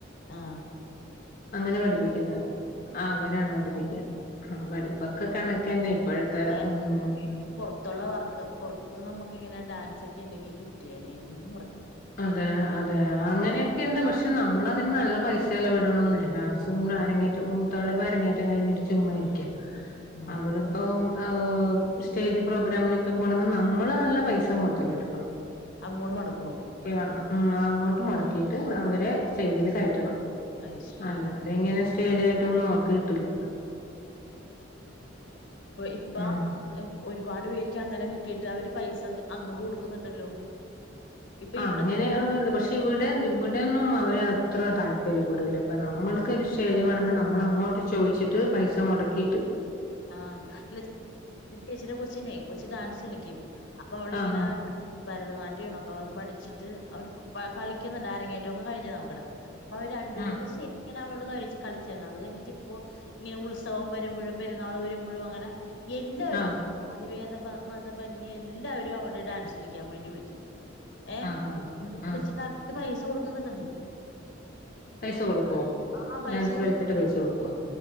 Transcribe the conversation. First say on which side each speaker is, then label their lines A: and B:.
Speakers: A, on the left; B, on the left.
A: ആഹ്
B: അങ്ങനെ പഠിപ്പിക്കുന്ന ആകെ ആ അവരാണോ പഠിപ്പിക്ക ആ പഠിപ്പൊക്കെ കണക്കന്നെ ഇപ്പോഴത്തെ
A: ആ.
B: ഉം
A: പുറത്തുള്ള വർക്ക് പുറത്ത് നമുക്ക് ഇങ്ങനെ ഡാൻസൊക്കെ ണ്ടെങ്കി കിട്ടിയേനേയിരുന്നൂന്ന് കൊ
B: അതെ അതെ അങ്ങനെയൊക്കെ ഉണ്ട് പക്ഷെ നമ്മളതിന് നല്ല പൈസ ചിലവിടണമെന്നേ ഡാൻസും അരങ്ങേറ്റവും മൂത്താളിപ്പം അരങ്ങേറ്റം കഴിഞ്ഞിട്ട് ചുമ്മാരിക്കാ
A: ആഹ്
B: അവളിപ്പം ആ സ്റ്റേജ് പ്രോഗ്രാമിനൊക്കെ പോണെങ്കി നമ്മള് നല്ല പൈസ മുതൽ ഇടണം
A: അങ്ങോട്ട് മൊടക്കണോ
B: വേണം ഉം അങ്ങോട്ട് മുടക്കിയിട്ട് അവരെ സ്റ്റേജില് കയറ്റണം
A: അയ്ശരി.
B: അല്ലാതെങ്ങനെ സ്റ്റേജ് ട്ടൊന്നും അവർക്ക് കിട്ടുല്ല
A: ഇപ്പ
B: ഉം
A: ഒരുപാട് പേര്ക്ക് അങ്ങനെ കിട്ട വീട്ടുകാര് പൈസെ അങ്ങോട്ട് കൊടുക്കുന്നുണ്ടല്ലോ ഇപ്പൊ
B: അങ്ങനെ
A: ഇവിടെ
B: ഉണ്ട് പക്ഷെ ഇവിടെ ഇവിടെയൊന്നും അവരെ അത്ര താല്പര്യപ്പെടുല അപ്പ നമ്മള് ക്കൊരു സ്റ്റേജിമെറണങ്കി
A: ഞങ്ങ-
B: നമ്മള ങ്ങോട്ട് ചോദിച്ചിട്ട് പൈസ മുട കേട്ട്
A: ആ അല്ല ചേച്ചി കൊച്ചിനെ കൊച്ച് ഡാൻസ് കളിക്കും അപ്പൊ അവളിങ്ങനെ
B: ആഹ്
A: ഭരതനാട്യമാണ് അപ്പൊ അത് പഠിച്ചിട്ട് അവര് കളിക്കുന്നുണ്ട് അരങ്ങേറ്റ ഒക്കെ കഴിഞ്ഞ് അവക്കടെ അപ്പൊ അവ രണ്ടു
B: ആഹ്
A: മൂന്ന് സ്റ്റേ ഇങ്ങനെ അവള് കഴി കളിച്ചതാ അത് കഴിഞ്ഞിട്ട് ഇപ്പോ ഇങ്ങനെ ഉത്സവം വരുമ്പഴും പെരുന്നാൾ വരുമ്പോഴും അങ്ങനെ എല്ലാവരും
B: ആഹ് ആഹ്
A: മതിവേദ മതഭമന്യ എല്ലാവരും അവടെ ഡാൻസ് കളിക്കാൻ വേണ്ടി വിളിക്കും ഏ
B: ആഹ് ആഹ്
A: അ വിളിച്ചിട്ട്
B: ആഹ്
A: അക്ക് പൈസ കൊടുക്കുന്നുണ്ട നേ
B: പൈസ കൊടുക്കുവോ
A: ആഹ് പൈസ
B: ഡാൻസ്
A: കൊടുക്കും
B: കളിച്ചിട്ട് പൈസ കൊടുക്കുവോ